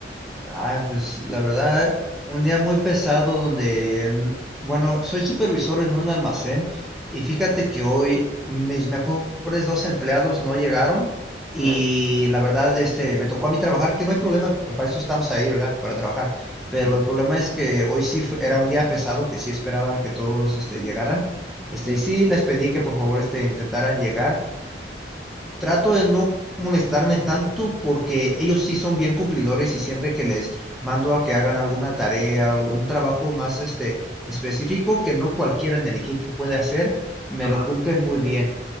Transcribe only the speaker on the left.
Órale.
Sí,
sí,
ajá,